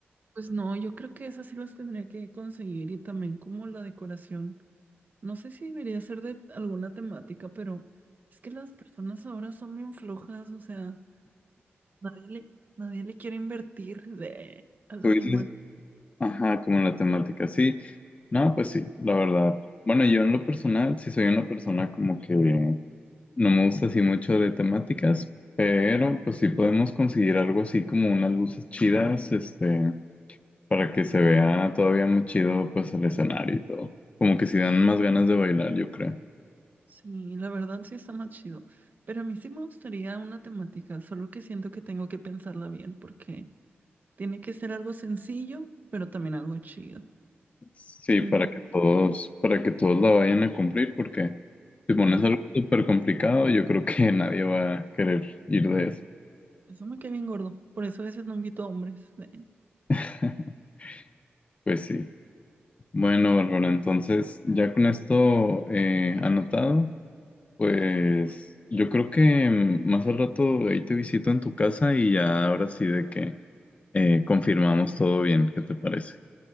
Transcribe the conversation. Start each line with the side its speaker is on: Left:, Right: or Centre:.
Right: Pues no, yo creo que esas sí las tendría que conseguir y también como la decoración. No sé si debería ser de alguna temática, pero es que las personas ahora son bien flojas, o sea, nadie le, nadie le quiere invertir de, a la
Left: Tú dices,
Right: temática.
Left: ajá, como la temática, sí, no, pues sí, la verdad. Bueno, yo en lo personal, sí soy una persona como que no me gusta así mucho de temáticas, pero pues sí podemos conseguir algo así como unas luces chidas, este. para que se vea todavía más chido pues el escenario y todo. Como que si dan más ganas de bailar, yo creo.
Right: Sí, la verdad sí está más chido. Pero a mí sí me gustaría una temática, solo que siento que tengo que pensarla bien porque tiene que ser algo sencillo, pero también algo chido.
Left: Sí,
Right: Sencillo.
Left: para que todos, para que todos la vayan a cumplir, porque si pones
Right: Oh,
Left: algo súper complicado, yo creo que <laughs> nadie va a querer ir de eso.
Right: eso me cae bien gordo. Por eso a veces no invito a hombres. Eh,
Left: <laughs> Pues sí. Bueno, Bárbara, entonces ya con esto eh, anotado, pues yo creo que mm, más al rato ahí te visito en tu casa y ya ahora sí de que eh, confirmamos todo bien, ¿qué te parece?